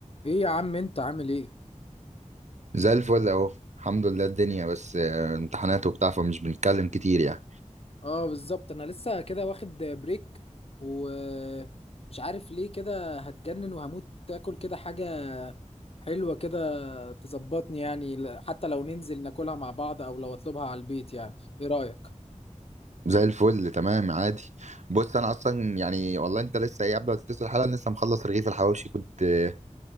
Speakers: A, on the left; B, on the right.
A: ايه يا عم انت عامل ايه
B: زي الفل اهو الحمد لله الدنيا بس آه، امتحانات وبتاع فمش بنتكلم كتير يعني
A: اه بالظبط انا لسه كده واخد بريك ومش عارف ليه كده هتجنن وهموت اكل كده حاجة حلوة كده تظبطني يعني ل- حتى لو ننزل ناكلها مع بعض او لو اطلبها على البيت يعني ايه رأيك
B: زي الفل تمام عادي بص انا اصلا يعني والله انت لسه ايه قبل ما تتصل الحلقه لسه مخلص رغيف الحواوشي كنت آه،